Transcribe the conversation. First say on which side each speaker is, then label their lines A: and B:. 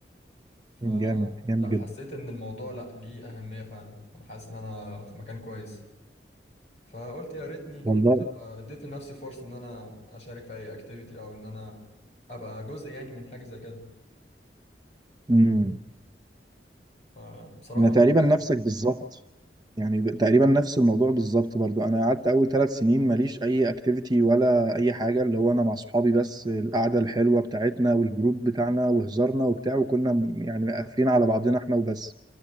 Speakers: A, on the left; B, on the right.
A: فلا
B: جامد جامد
A: حسيت
B: جدا
A: إن الموضوع لا ليه أهمية فعلا أنا حاسس إن أنا في مكان كويس فقلت يا ريتني كنت
B: والله
A: آه، اديت لنفسي فرصة إن أنا أشارك في أي أكتيفيتي أو إن أنا أبقى جزء يعني من حاجة زي كده
B: امم
A: فبصراحة
B: انا
A: الموضوع
B: تقريبا نفسك بالظبط يعني ب- تقريبا نفس الموضوع بالظبط برضو انا قعدت اول ثلاث سنين ماليش اي اكتيفيتي ولا اي حاجه اللي هو انا مع صحابي بس القعده الحلوه بتاعتنا والجروب بتاعنا وهزارنا وبتاع وكنا م- يعني قافلين على بعضنا احنا وبس